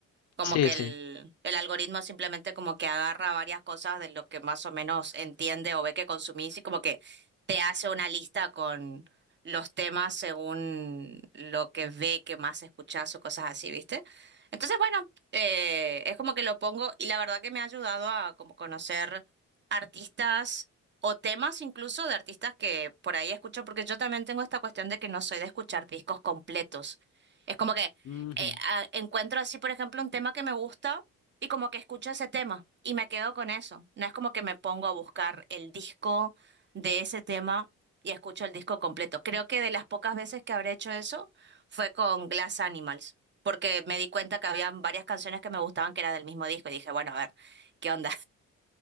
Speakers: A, on the right (about 35°); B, on the left (about 60°).
A: Como
B: Sí,
A: que
B: sí.
A: el, el algoritmo simplemente como que agarra varias cosas de lo que más o menos entiende o ve que consumís y como que te hace una lista con los temas según lo que ve que más escuchás o cosas así, ¿viste? Entonces, bueno, eh, es como que lo pongo y la verdad que me ha ayudado a como conocer artistas o temas incluso de artistas que por ahí escucho, porque yo también tengo esta cuestión de que no soy de escuchar discos completos. Es como que
B: Ujú.
A: eh, a- encuentro así, por ejemplo, un tema que me gusta y como que escucho ese tema y me quedo con eso. No es como que me pongo a buscar el disco de ese tema y escucho el disco completo. Creo que de las pocas veces que habré hecho eso fue con Glass Animals, porque me di cuenta que había varias canciones que me gustaban que era del mismo disco y dije, bueno, a ver, ¿qué onda?